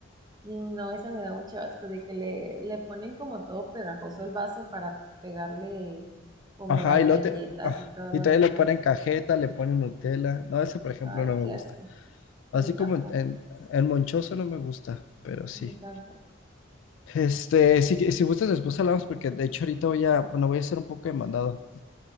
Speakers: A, on the right (about 20°); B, on the left (about 70°).
A: Sí, no, esa me da mucho asco de que le, le ponen como todo pegajoso el vaso para pegarle como
B: Ajá,
A: las
B: y luego
A: galletas
B: te- ah,
A: y todo lo
B: y todavía
A: demás.
B: le ponen cajeta, le ponen Nutella. No, ese por ejemplo
A: Ay,
B: no me
A: qué
B: gusta.
A: asco.
B: Así
A: A mí tampoco,
B: como en, en en Monchoso no me gusta, pero sí.
A: a mí tampoco.
B: Este, si, si gustas, después hablamos porque de hecho ahorita voy a, bueno, voy a hacer un poco de mandado.